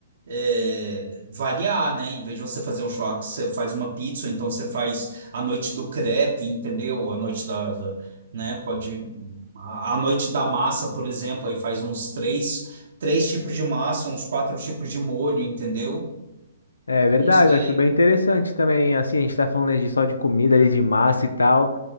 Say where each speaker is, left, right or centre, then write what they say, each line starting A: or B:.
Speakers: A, on the right (about 60°); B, on the left (about 80°).
A: é, variar, né? Em vez de você fazer um churrasco, você faz uma pizza, ou então você faz a noite do crepe, entendeu? A noite da, da- né? Pode a a noite da massa, por exemplo, aí faz uns três, três tipos de massa, uns quatro tipos de molho, entendeu?
B: É verdade,
A: Uns sim,
B: eu acho bem interessante também, assim, a gente tá falando né, de só de comida ali, de massa e tal,